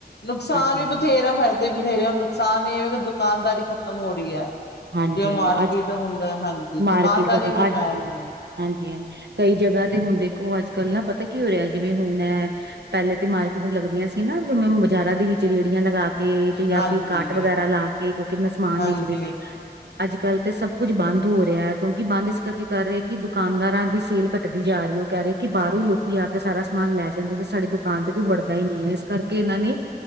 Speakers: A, on the left (about 75°); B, on the right (about 80°).
A: ਨੁਕਸਾਨ
B: ਹਾਂਜੀ
A: ਵੀ
B: ਹਾਂਜੀ
A: ਬਥੇਰਾ ਫਾਇਦੇ ਵੀ ਬਥੇਰੇ ਹੁਣ ਨੁਕਸਾਨ ਇਹ ਕਿ ਦੁਕਾਨਦਾਰੀ ਖ਼ਤਮ ਹੋਰੀ ਐ।
B: ਹਾਂਜੀ
A: ਜੇ ਮਾਰਕੀਟ
B: ਅੱਜ
A: ਹੁੰਦਾ ਹਾਂਜੀ,
B: ਮਾਰਕੀਟ
A: ਦੁਕਾਨਦਾਰੀ
B: ਖਤਮ
A: ਵੀ
B: ਅੱਜ
A: ਹੈ ਨੀ।
B: ਹਾਂਜੀ ਹਾਂਜੀ ਕਈ ਜਗ੍ਹਾ ਤੇ ਹੁਣ ਦੇਖੋ ਅੱਜ ਕੱਲ ਨਾ ਪਤਾ ਕੀ ਹੋਇਆ ਜਿਵੇਂ ਹੁਣ ਐ ਪਹਿਲੇ ਤੇ ਮਾਰਕੀਟ ਲੱਗਦੀਆਂ ਸੀ ਨਾਵੇੈਂ ਬਾਜ਼ਾਰਾਂ ਦੇ ਵਿੱਚ ਰੇਹੜੀਆਂ ਲਗਾ ਕੇ ਤੇ ਜਾਂ
A: ਹਾਂਜੀ
B: ਫਿਰ ਕਾਟ ਵਗੈਰਾ ਲਾ ਕੇ ਲੋਕੈਂ ਕਿੰਨਾ ਸਮਾਨ
A: ਹਾਂਜੀ
B: ਵੇਚਦੇ ਸੀ। ਅੱਜ ਕੱਲ੍ਹ ਤੇ ਸਭ ਕੁਝ ਬੰਦ ਹੋ ਰਿਹਾ ਹੈ ਕਿਉਂਕਿ ਬੰਦ ਇਸ ਕਰਕੇ ਕਰ ਰਹੇ ਕਿ ਦੁਕਾਨਦਾਰਾਂ ਦੀ ਸੇਲ ਘੱਟਦੀ ਜਾ ਰਹੀ ਹੋ। ਕਹਿ ਰਹੇ ਕਿ ਬਾਹਰੋਂ ਹੀ ਲੋਕੀ ਆ ਕੇ ਸਾਰਾ ਸਮਾਨ ਲੈ ਜਾਂਦੇ ਤੇ ਸਾਡੀ ਦੁਕਾਨ ਤੇ ਕੋਈ ਵੜਦਾ ਹੀ ਨਹੀਂ ਹੈ ਇਸ ਕਰਕੇ ਇਹਨਾਂ ਨੇ